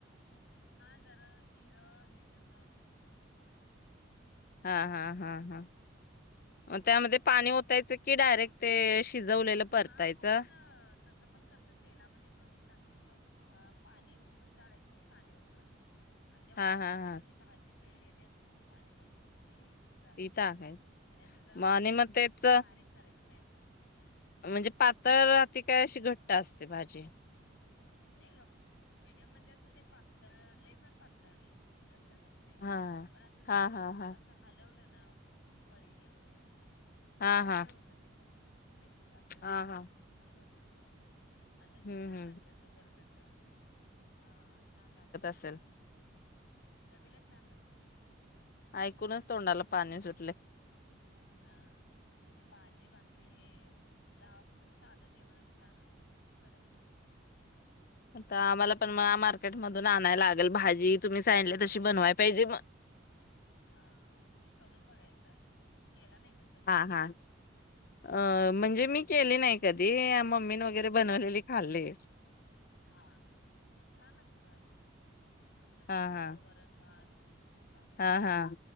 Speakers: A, on the left; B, on the left.
A: हा जरा जिरं हे तेन घालून फोडनी
B: हा हा हा हा
A: हा
B: मग त्यामध्ये पाणी ओतु त्याच की डायरेक्ट ते शिजवलेलं परतायचं
A: हा कोण तसं पण करत तेलामध्ये पण टाकत किंवा पाणी उकळी काढायची पाणी वतून आणि त्या
B: हा
A: उकळीमध्ये
B: हा हा.
A: मग ती भाजी पिळलेले असते ना पाणी काढलेले ते घालायची
B: ती टाकाय
A: आणि असं जरा
B: मग
A: घोटायची
B: आणि मग तेच
A: म्हणजे बारीक करायची म्या <inaudible>
B: म्हणजे पातळ अती काय अशी घट्ट असते भाजी?
A: नाही ग मीडियम म्हणजे असं ते पातळ लय पण पातळ नाही घट घट्टच असते.
B: हा
A: पण अस जरा
B: हा
A: घट्ट
B: हा हा
A: अस हलवल दाबून पळीने वगैरे
B: हा
A: तर
B: हा
A: हे होतं त्याच म्हणजे मेसी अस
B: हा हा
A: स्मूद होत तिथे भाजी आणि तशी
B: हम्म
A: छान
B: हम्म.
A: लागत त्या आसं गरगटल्यामुळे.
B: चल
A: हम्म चवीला छान लागते.
B: ऐकूनच तोंडाला पाणी सुटलय.
A: हा भाजी भाकरी ये गावाकडचं साधं जेवणच छान असतं बऱ्यापैकी
B: आता आम्हाला पण म मार्केट मधून आणायला लागेल भाजी तुम्ही सांगीतले तशी बनवाय पाहिजे म.
A: हा एक करून बघा एकदा. केला नाही का कधी
B: हा हा अ म्हणजे मी केली नाही. कधी मम्मीन वगैरे बनवलेली खाल्ली.
A: हा हा ते छान लागते भाजी पण आपलं
B: हा
A: साधं
B: हा
A: वरण भात. भाजी
B: हा
A: भाकरी
B: हा